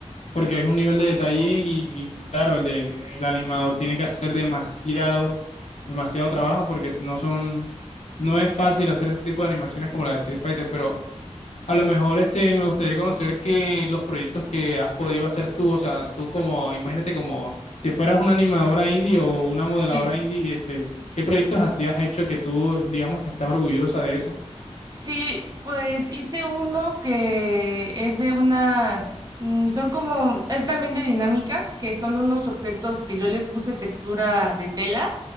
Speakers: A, on the left; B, on the right.
A: porque es un nivel de detalle y, y claro, el de, el animador tiene que hacer demasiado, demasiado trabajo porque no son, no es fácil hacer ese tipo de animaciones como la de Street Fighter, pero A lo mejor este, me gustaría conocer que los proyectos que has podido hacer tú, o sea, tú como, imagínate como si fueras una animadora indie o una modeladora
B: Sí.
A: indie, este, ¿qué proyectos así has hecho que tú, digamos que estás orgullosa de eso?
B: Sí, pues hice uno que es de unas, mm, son como, es también de dinámicas, que son unos objetos que yo les puse textura de tela